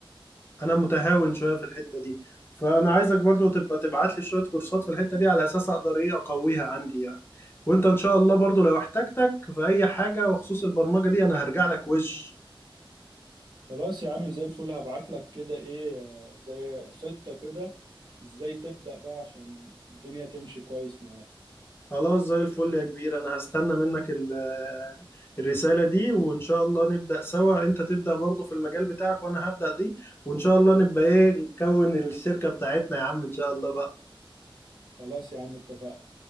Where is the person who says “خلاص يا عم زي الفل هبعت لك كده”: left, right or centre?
Right